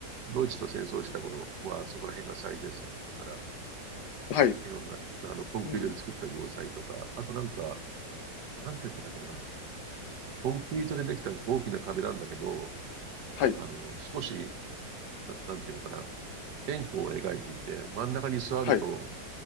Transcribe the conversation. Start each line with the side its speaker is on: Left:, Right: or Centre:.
Right: ドイツと戦争した頃は、そこら辺が最前線だったから、
Left: はい。
Right: いろんな、あの、コンクリートで作った要塞とか、
Left: うん。
Right: あとなんか、なんて言ってたっけな。コンクリートでできた大きな壁なんだけど、
Left: はい。
Right: あの、少し、な、なんていうのかな。円弧を描いていて、真ん中に座ると、
Left: はい。